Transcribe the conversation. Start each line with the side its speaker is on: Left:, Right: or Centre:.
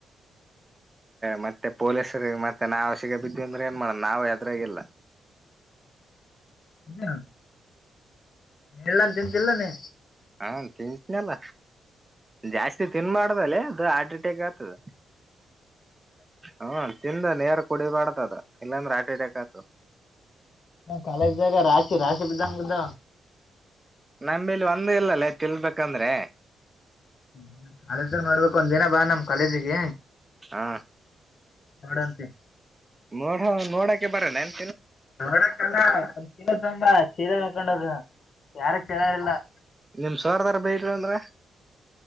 Right: ಮತ್ತೆ ಪೊಲೀಸ್ರ ಮತ್ತೆ ನಾವವು ಸಿಗ ಬಿದ್ವಿ ಅಂದ್ರೆ ಏನ್ ಮಾಡಣ ನಾವವು ಯದ್ರಾಗಿಲ್ಲ
Left: ಇದೇ ನ <inaudible> ಎಲ್ಲನ್ ತಿಂತಲ್ಲ ನೀ
Right: ಹಾ ತಿಂತನಲ್ಲ ಜಾಸ್ತಿ ತಿನ್ ಮಾಡಾದಲ್ಲ ಅದು ಹಾರ್ಟ್ ಅಟ್ಯಾಕ್ ಆಗ್ತದ ಹಾ ಚಿಂದ ನೇರ ಕುಡಿಬಾರ್ದ ಅದ ಇಲ್ಲಾಂದ್ರೆ ಆಟಿಡಕ ಆತು
Left: ಕಾಲೇಜ್ದಾಗ ರಾಶಿ ರಾಶಿ ಬಿದ್ದಂಗ್ದ
Right: ನಮಿಲ್ಲಿ ಒಂದ ಇಲ್ಲಲ್ಲೇ ತಿಲ್ಬೇಕಂದ್ರೆ
Left: ಹ್ಮ ಹಳೆ ನೋಡ್ಬೇಕು ಒಂದ್ ದಿನ ಬಾ ನಮ್ ಕಾಲೇಜಿಗೆ
Right: ಹಾ
Left: ನೋಡಂತಿ
Right: ನೋಡ ನೋಡಕ್ಕೆ ಬರ ನನ್
Left: ನೋಡಲ್ಲದ ಅಂಬ ಚೀರ ಹಕೊಂಡದು ಯಾರ ಕೇಳಾರಿಲ್ಲಲ್ಲ
Right: ನಿಮ್ ಸೋರ್ದಾರ್ ಬೈದ್ರು ಅಂದ್ರ